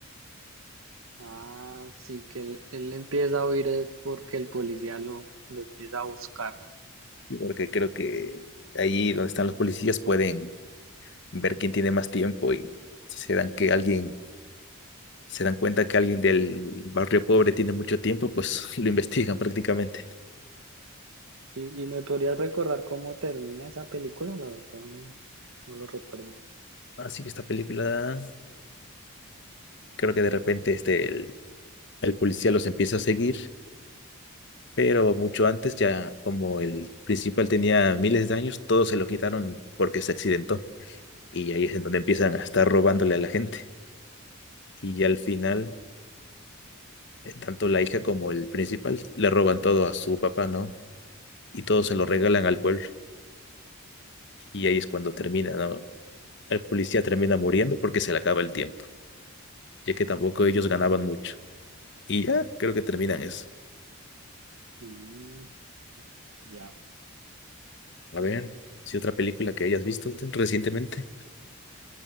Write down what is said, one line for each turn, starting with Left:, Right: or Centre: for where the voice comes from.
Right: Ah, sí, que él, él empieza a huir es porque el policía lo, lo empieza a buscar, ¿no?
Left: Y porque creo que allí donde están los policías pueden ver quién tiene más tiempo y si se dan que alguien se dan cuenta que alguien del barrio pobre tiene mucho tiempo, pues <laughs> lo investigan prácticamente.
Right: Y, y me podrías recordar cómo termina esa película, la verdad no, no lo recuerdo.
Left: Así que esta película, creo que de repente este, el, el policía los empieza a seguir, pero mucho antes ya como el principal tenía miles de años, todos se lo quitaron porque se accidentó. Y ahí es en donde empiezan a estar robándole a la gente. Y ya al final, eh, tanto la hija como el principal le roban todo a su papá, ¿no? Y todo se lo regalan al pueblo. Y ahí es cuando termina, ¿no? El policía termina muriendo porque se le acaba el tiempo. ya que tampoco ellos ganaban mucho. Y ya creo que terminan eso.
Right: Mm, ya.
Left: A ver, si otra película que hayas visto tú recientemente.